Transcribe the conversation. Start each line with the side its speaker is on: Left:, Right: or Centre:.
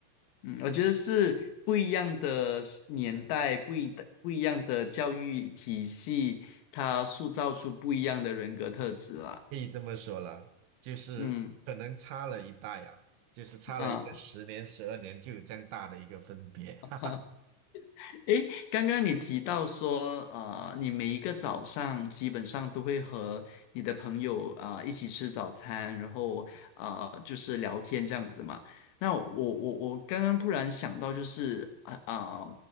Left: 嗯，我觉得是不一样的时年代，不一的不一样的教育体系，它塑造出不一样的人格特质啦。
Right: 可以这么说了，就是可能差了一代啊，
Left: 嗯
Right: 就是差了一个十年、
Left: 啊。
Right: 十二年，就有这样大的一个分别。
Left: <laughs>
Right: <laughs>
Left: 诶，刚刚你提到说，呃，你每一个早上基本上都会和你的朋友啊、呃一起吃早餐，然后啊就是聊天这样子嘛。那我我我刚刚突然想到，就是啊啊、